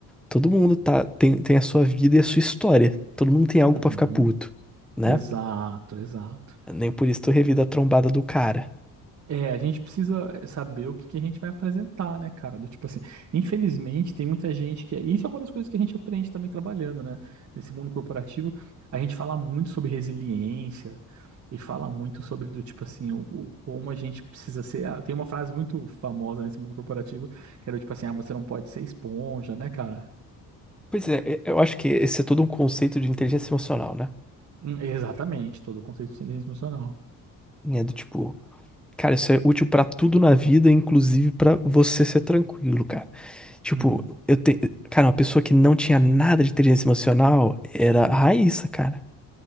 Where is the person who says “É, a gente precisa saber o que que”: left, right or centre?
Right